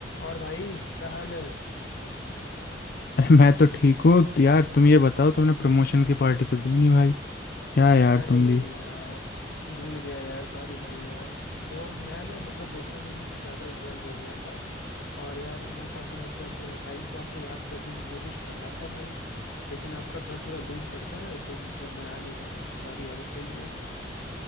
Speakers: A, on the left (about 80°); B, on the left (about 55°).
A: और भाई क्या हाल है
B: अरे मैं तो ठीक हूँ तो यार तुम ये बताओ तुमने प्रमोशन की पार्टी तो दी नहीं भाई क्या यार
A: अरे
B: तुम भी
A: यार भूल गया यार सॉरी भाई यार वो मैं ना मतलब दोस्तों के बीच ज्यादा इन्वॉल्व हो गया था और यार मैं काफी मतलब टाइम से आपको याद करने की कोशिश कर रहा था भाई लेकिन आपका घर थोड़ा दूर पड़ता है तो मतलब मैं आ नहीं पाया सॉरी यार उसके लिए